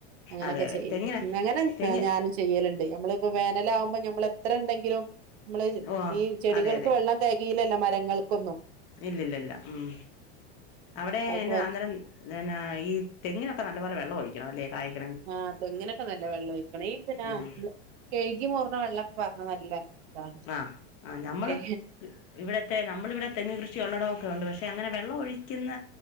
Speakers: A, on the right (about 75°); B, on the left (about 40°).
A: അങ്ങനെയൊക്കെ
B: അതെ അതെ
A: ചെയ്യും.
B: തെങ്ങിന്
A: അങ്ങനെ
B: തെങ്ങ്
A: ആ ഞാനും ചെയ്യലുണ്ട് നമ്മള് ഇപ്പം വേനലാകുമ്പോ നമ്മൾ എത്ര ഉണ്ടെങ്കിലും നമ്മള്
B: ഓ
A: ഈ ചെടികൾക്ക്
B: അതെ
A: വെള്ളം തെ കീഴല്ലോ മ ഞങ്ങൾക്കൊന്നും
B: ഇല്ലില്ലില്ല, ഉം അവിടെ
A: അതൊക്കെ പറ്റ
B: അന്നേ പിന്നെ, ഈ തെങ്ങിനൊക്കെ നല്ല പോലെ വെള്ളം ഒഴിക്കണം അല്ലേ ക
A: ആ തെങ്ങിനൊക്കെ നല്ല വെള്ളം ഒഴിക്കണം ഈപിന്നാ
B: ഉം
A: കഴുകി മോർണ വെള്ളൊക്കെ പാർന്നാ നല്ല അതാണ്
B: ആ ആ നമ്മള്
A: ഓക്കെ
B: ഇവിടത്തെ നമ്മൾ ഇവിടെ തെങ്ങ് കൃഷി ഉള്ളടമൊക്കെ ഉണ്ട് പക്ഷെ അങ്ങനെ വെള്ളം ഒഴിക്കുന്ന